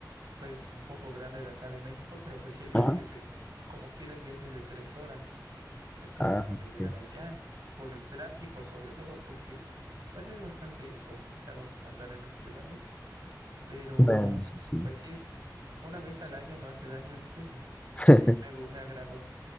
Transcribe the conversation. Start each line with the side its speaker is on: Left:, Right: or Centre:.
Right: pues un poco grande de acá de México, pero pues sí el viaje
Left: Ajá.
Right: es de, como quiera el viaje es de tres horas. Entonces
Left: Ah,
Right: para
Left: ok.
Right: llegar allá, por el tráfico sobre todo, porque pues es bastante complicado andar en las ciudades. Pero
Left: Bueno, eso sí.
Right: pues sí es una vez al año, no hace daño, dicen, y
Left: <laughs>
Right: me, gu- me agradó.